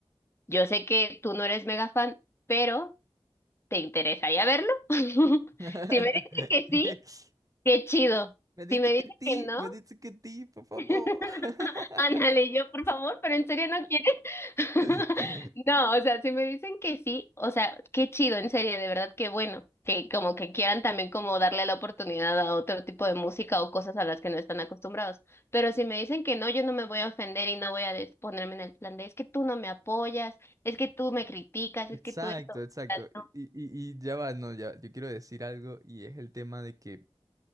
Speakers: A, on the left; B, on the right.
A: yo sé que tú no eres mega fan, pero ¿te interesaría verlo? <laughs>
B: <laughs>
A: Si me dice que sí, qué chido.
B: Me dice
A: Si me dice
B: que ti,
A: que no,
B: me dice que ti, por favor.
A: <laughs>
B: <laughs>
A: ándale, yo por favor, pero en serio no quiero. <laughs>
B: <laughs>
A: No, o sea, si me dicen que sí, o sea, qué chido, en serio, de verdad, qué bueno, que como que quieran también como darle la oportunidad a otro tipo de música o cosas a las que no están acostumbrados. Pero si me dicen que no, yo no me voy a ofender y no voy a des- ponerme en el plan de, es que tú no me apoyas, es que tú me criticas,
B: Exacto,
A: es que tú esto, o
B: exacto.
A: sea, no,
B: Y, y- y ya va, no, ya, yo quiero decir algo y es el tema de que,